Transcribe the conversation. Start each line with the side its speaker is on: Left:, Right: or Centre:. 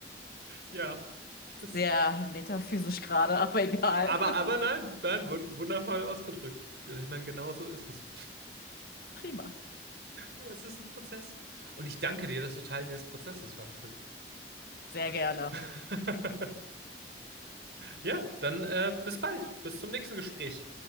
Right: Ja. Das,
Left: Sehr metaphysisch gerade, aber egal.
Right: aber,
Left: <laughs>
Right: aber nein, nein, wund- wundervoll ausgedrückt. Ich meine, genau so ist es.
Left: Prima.
Right: Aber es ist ein Prozess. Und ich danke dir, dass du Teil dieses Prozesses warst.
Left: Sehr
Right: Wirklich.
Left: gerne.
Right: <laughs> Ja, dann äh, bis bald. Bis zum nächsten Gespräch.